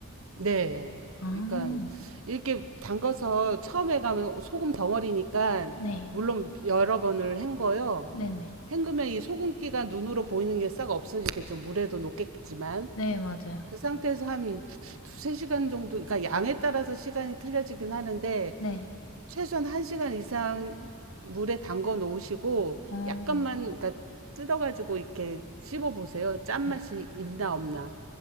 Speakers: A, on the right; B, on the left.
A: 네.
B: 아,
A: 그러니까, 이렇게 담가서 처음에 가면 소금 덩어리니까,
B: 네.
A: 물론 여러 번을 헹궈요.
B: 네네.
A: 헹구면 이 소금기가 눈으로 보이는 게 싹 없어지겠죠. 물에도 녹겠지만.
B: 네, 맞아요.
A: 그 상태에서 한 두세 시간 정도, 그러니까 양에 따라서 시간이 틀려지긴 하는데,
B: 네.
A: 최소한 한 시간 이상 물에 담궈 놓으시고,
B: 어,
A: 약간만, 그러니까 뜯어가지고 이렇게 씹어 보세요. 짠맛이
B: 네.
A: 있나 없나.